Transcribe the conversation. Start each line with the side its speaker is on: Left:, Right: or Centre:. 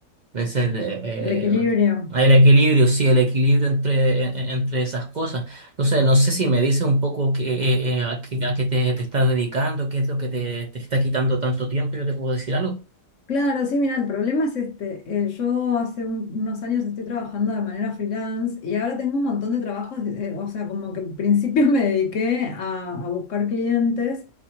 Right: es el, eh,
Left: El equilibrio.
Right: eh, el equilibrio, sí, el equilibrio entre, en- entre esas cosas. Entonces, no sé si me dices un poco que, eh, eh, a qué, a qué te, te estás dedicando, qué es lo que te, te está quitando tanto tiempo, yo te puedo decir algo.
Left: Claro, sí, mira, el problema es este. eh, yo hace un- unos años estoy trabajando de manera freelance y ahora tengo un montón de trabajos, eh, o sea, como que en principio <laughs> me dediqué a, a buscar clientes,